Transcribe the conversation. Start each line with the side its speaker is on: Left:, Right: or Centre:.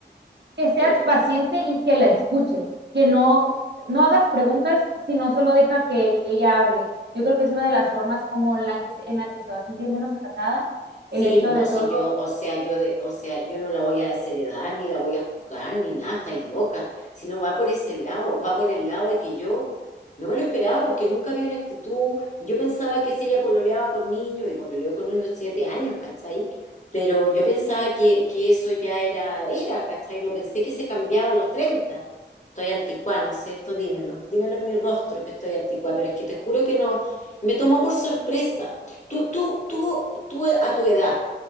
Right: que seas
Left: Que me
Right: paciente y que la escuches, que no, no hagas preguntas, sino solo deja que ella hable. Yo creo que es una de las formas como la que, en la que se va a sentir menos atacada,
Left: Sí,
Right: el hecho
Left: no,
Right: de
Left: si
Right: solo
Left: yo, o sea, yo de, o sea, yo no la voy a desheredar, ni la voy a juzgar, ni nada, estáis loca. Si no va por ese lado, va por el lado de que yo no me lo esperaba porque nunca había una actitud. Yo pensaba que si ella pololeaba con niños, y pololeó con unos siete años, ¿cachai? Pero yo pensaba que, que eso ya era, era, ¿cachai? No pensé que se cambiaba a los 30. Estoy anticuá, ¿no es cierto? Dímelo, dímelo en mi rostro que estoy anticuá, pero es que te juro que no, me tomó por sorpresa. Tú, tú, tú, tú a tu edad,